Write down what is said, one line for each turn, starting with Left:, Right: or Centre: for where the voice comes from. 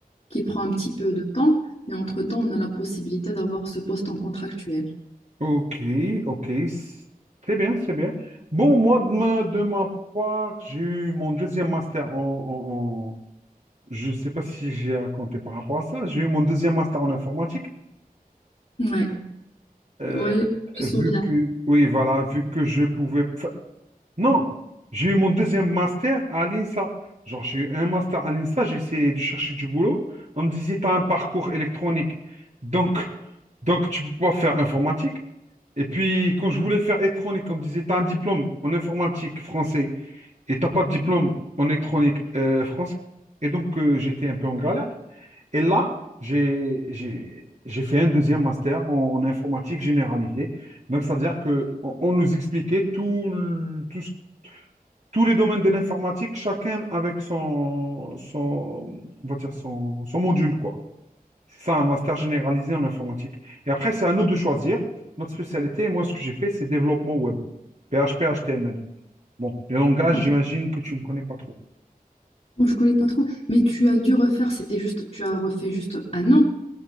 Left: qui prend un petit
Right: mhm.
Left: peu de temps, mais entre-temps, on a la possibilité d'avoir ce poste en contractuel.
Right: Ok, ok, c'est bien, c'est bien. Bon, moi, de ma, de ma part, j'ai eu mon deuxième master en, Je ne sais pas si j'ai raconté par rapport à ça. J'ai eu mon deuxième master en informatique.
Left: Ouais,
Right: Euh,
Left: ouais, je
Right: vu
Left: me souviens.
Right: que, oui, voilà, vu que je pouvais. enfin, non, j'ai eu mon deuxième master à l'INSA. Genre, j'ai eu un master à l'INSA, j'ai essayé de chercher du boulot. On me disait, tu as un parcours électronique. Donc, donc tu peux pas faire informatique. Et puis, quand je voulais faire électronique, on me disait, tu as un diplôme en informatique français et t'as pas de diplôme en électronique euh, français. Et donc, euh, j'étais un peu en galère. Et là, j'ai, j'ai, j'ai fait un deuxième master en informatique généralisée. Donc, c'est-à-dire que on, on nous expliquait tout, le- tout ce- tous les domaines de l'informatique, chacun avec son, son, on va dire son, son module, quoi. C'est ça, un master généralisé en informatique. Et après, c'est à nous de choisir notre spécialité. Et moi, ce que j'ai fait, c'est développement web. PHP, HTML. Bon, les langages,
Left: Ah,
Right: j'imagine que tu ne connais pas trop.
Left: bon, je connais pas trop, mais tu as dû refaire, c'était juste, tu as refait juste un an.